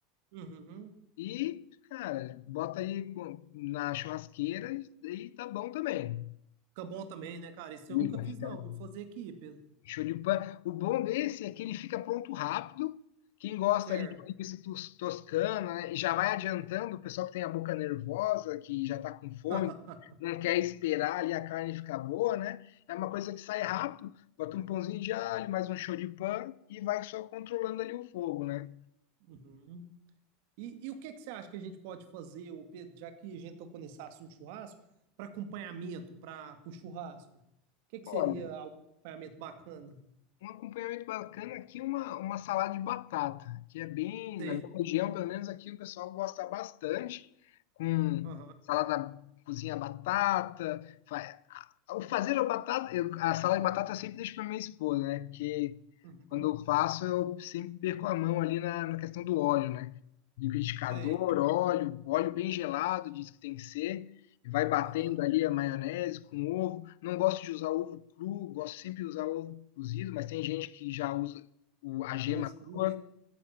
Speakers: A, on the right; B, on the left.
A: Uhum.
B: E, cara, bota aí com- na churrasqueira e e tá bom também.
A: Fica bom também, né, cara? Isso eu
B: Fica,
A: nunca fiz,
B: fica
A: não.
B: bom.
A: Vou fazer aqui, Pedro.
B: Show de pan. O bom desse é que ele fica pronto rápido. Quem gosta
A: Certo.
B: ali de linguiça tos- toscana, né, e já vai adiantando o pessoal que tem a boca nervosa, que já está com fome,
A: <laughs>
B: não quer esperar ali a carne ficar boa, né? É uma coisa que sai
A: Aham.
B: rápido, bota um pãozinho de alho, mais um show de pan e vai só controlando ali o fogo, né?
A: Uhum. E, e o que que você acha que a gente pode fazer, ô Pedro, já que a gente tocou nesse assunto de churrasco, para acompanhamento, para o churrasco? O que que
B: Olha,
A: seria algum acompanhamento bacana?
B: Um acompanhamento bacana aqui, uma, uma salada de batata, que é bem,
A: Sei.
B: na minha região, pelo menos aqui, o pessoal gosta bastante, com
A: Aham.
B: salada, cozinha batata, fa- o fazer a batata, eu- a salada de batata eu sempre deixo para minha esposa, né? Porque
A: Uhum.
B: quando eu faço, eu sempre perco a mão ali na, na questão do óleo, né? Liquidificador,
A: Sei.
B: óleo, óleo bem gelado, diz que tem que ser, e vai batendo
A: Aham.
B: ali a maionese com ovo. Não gosto de usar ovo cru, gosto sempre de usar ovo cozido, mas tem gente que já usa o, a gema
A: O ovo cru,
B: crua
A: né?